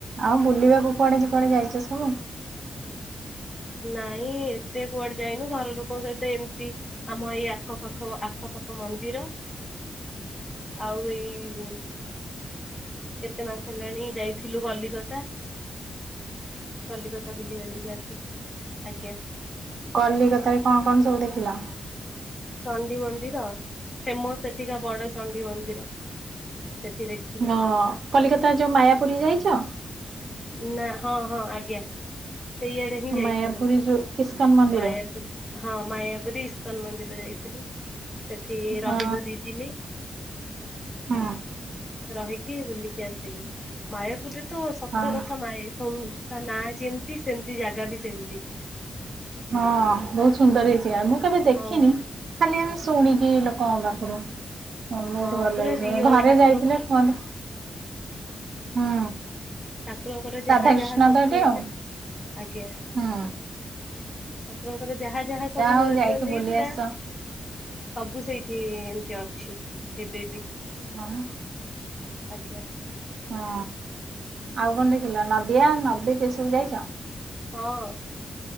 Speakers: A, on the right; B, on the left.
A: ଆଉ ବୁଲିବାକୁ କୁଆଡେ କୁଆଡେ ଯାଇଛ ସବୁ
B: ନାଇଁ ଏତେ କୁଆଡେ ଯାଇନୁ, ଘର ଲୋକଙ୍କ ସହିତ ଏମିତି, ଆମ ଏଇ ଆଖପାଖ ଆଖଖ ଆଖପାଖ ମନ୍ଦିର
A: <inaudible>
B: ଆଉ ଏଇ କେତେ ମାସ ହେଲାଣି ଯାଇଥିଲୁ, କଲିକତା କଲିକତା ବୁଲି ବାଲିକି ଆସିବ, ଆଜ୍ଞା।
A: କଲିିକତାରେ କଣ କଣ ସବୁ ଦେଖିଲ?
B: ଚଣ୍ଡିମନ୍ଦିର, ଫେମସ ସେଠିକା ବଡ ଚଣ୍ଡି ମନ୍ଦିର ସେଠି ଦେଖିଲୁ
A: ହଁ, କଲିକତା
B: ଆଉ
A: ଯୋଉ ମାୟାପୁରୀ ଯାଇଛ?
B: ନା, ହଁ ହଁ ଆଜ୍ଞା। ସେଇଆଡେ ହିଁ ଯାଇଥିଲୁ,
A: ମାୟାପୁରୀ ଯୋଉ ଇସ୍କନ ମନ୍ଦିର
B: ମାୟାପୁରୀ, ହଁ ମାୟାପୁରୀ ଇସ୍କନ ମନ୍ଦିର ଯାଇଥିଲୁ, ସେଠି
A: ହଁ
B: ରହିଲୁ ଦି ଦିନି।
A: ହଁ
B: ରହିକି, ବୁଲିକି ଆସିଲୁ, ମାୟାପୁରରେ ତ ସତ
A: ହଁ
B: କଥା କଥା ନାଁ ଯେମିତି, ସେମିତି ଜାଗା ବି ସେମିତି
A: ହଁ ବହୁତ ସୁନ୍ଦର ହେଇଛି, ମୁଁ କେବେ ଦେଖିନି
B: ହଁ
A: ଖାଲି ଆମ ଶୁଣିକି ଲୋକ ପାଖରୁ ହଁ ବହୁତ
B: ହଁ
A: ଭଲ
B: ପୁରା
A: ହେଇଛି,
B: ରିଅଲ
A: ଘରେ
B: ଠାକୁରଙ୍କର
A: ଯାଇଥିଲେ କୁହନ୍ତି, ହୁଁ।
B: ଠାକୁରଙ୍କର ଯାହା
A: ରାଧାକୃଷ୍ଣ
B: ଯାହା ସବୁ
A: ତ ଏଠି
B: ହେଇଥିଲା,
A: ଆଉ
B: ଆଜ୍ଞା।
A: ହୁଁ
B: ଠାକୁରଙ୍କର ଯାହା ଯାହା ସବୁ
A: ହଉ ଯାଇକି
B: ରିଅଲ
A: ବୁଲି
B: ହେଇଥିଲା,
A: ଆସ
B: ସବୁ ସେଇ ଏଠି ଏମିତି ଅଛି, ଏବେ ବି
A: ହଁ।
B: ଆଜ୍ଞା।
A: ହଁ, ଆଉ କଣ ଦେଖିଲ, ନଦିଆ ନବଦୀପ ସବୁ ଯାଇଛ
B: ହଁ।